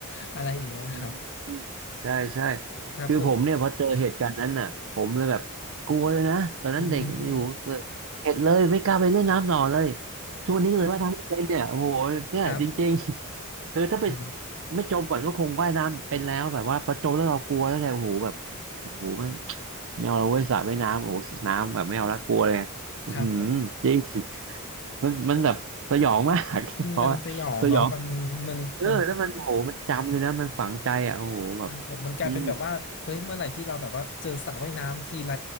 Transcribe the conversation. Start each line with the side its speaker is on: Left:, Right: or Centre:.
Left: <laughs> อะไรอย่างเงี้ยครับ
Right: อืมใช่ใช่
Left: ครับผม
Right: คือผมเนี่ยพอเจอเหตุการณ์นั้นน่ะผมเลยแบบกลัวเลยนะตอนนั้นเด็กอยู่ก็เข็ดเลยไม่กล้าไปเล่นน้ำต่อเลย
Left: อืม
Right: ทุกวันนี้เลยว่ายน้ำไม่เป็นเนี่ยโอ้โหเนี่ยจริง
Left: <laughs> ครับผม
Right: ๆคือถ้าไป
Left: อืม
Right: ไม่จมก่อนก็คงว่ายน้ำเป็นแล้วแบบว่าพอจมแล้วเรากลัวแล้วไงโอ้โหแบบโอ้โหแมันไม่เอาเราเว้ยสระว่ายน้ำโอ้โหน้ำแบบไม่เอาละกลัวเลยอือหือ
Left: ครับผม
Right: จริงมันมันแบบสยองมาก <laughs>
Left: มันมันสยองเนาะมันมันมัน
Right: เพราะว่าสยองเออแล้วมันโอ้โหมันจำเลยนะมันฝังใจอ่ะโอ้โหแบบ
Left: ครับผมมันกลายเป็นแบบว่าเฮ้ยเมื่อไหร่ที่เราแบบว่าเจอสระว่ายน้ำทีไร
Right: อืม